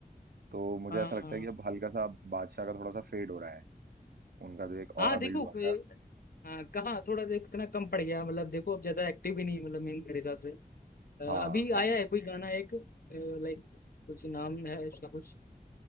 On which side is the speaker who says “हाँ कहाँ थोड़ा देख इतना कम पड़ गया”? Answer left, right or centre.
Left